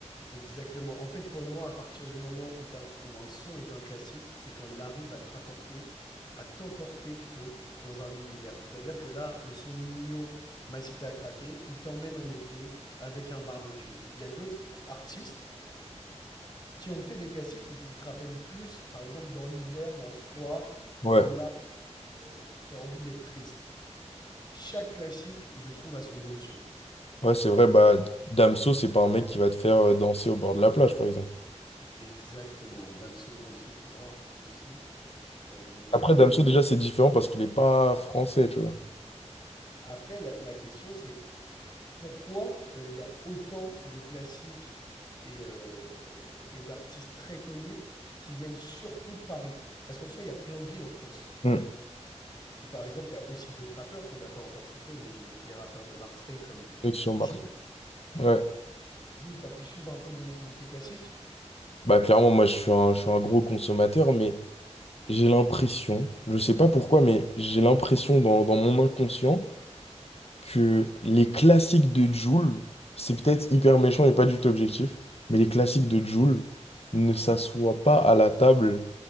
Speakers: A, on the left; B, on the left.
A: Exactement. En fait, pour moi, à partir du moment où, t'as- où un son est un classique, c'est quand il arrive à te rapporter, à t'emporter plutôt, dans un univers. C'est-à-dire que là, le son de Nino, ma cité à craquer, il t'emmène en été avec un barbecue. Il y a d'autres artistes. qui ont fait des classiques qui, qui te ramènent plus, par exemple, dans l'hiver, dans le froid,
B: Ouais,
A: où là, euh, t'as envie d'être triste. Chaque classique, je trouve, a son émotion.
B: ouais, c'est vrai. Bah, Damso, c'est pas un mec qui va te faire euh, danser au bord de la plage, par exemple.
A: Exactement. Damso, Damso, grand artiste aussi. Euh, mais, euh,
B: Après,
A: mais-
B: Damso, déjà, c'est différent parce qu'il est pas français, tu vois.
A: après, la, la question, c'est pourquoi euh, il y a autant de classiques et, euh, et d'artistes très connus qui viennent surtout de Paris? Parce qu'en soi, il y a plein de villes en France.
B: Hmm.
A: Par exemple, il y a aussi d'autres rappeurs qu'on n'a pas encore cités, mais les rappeurs de Marseille comme...
B: Connexion
A: Jul
B: Mars. Ouais.
A: Jules, t'as pu suivre un peu de, de ces classiques?
B: Bah clairement, moi je suis un, je suis un gros consommateur, mais j'ai l'impression, je sais pas pourquoi, mais j'ai l'impression dans, dans mon inconscient que les classiques de Jul, c'est peut-être hyper méchant et pas du tout objectif, mais les classiques de Jul ne s'assoient pas à la table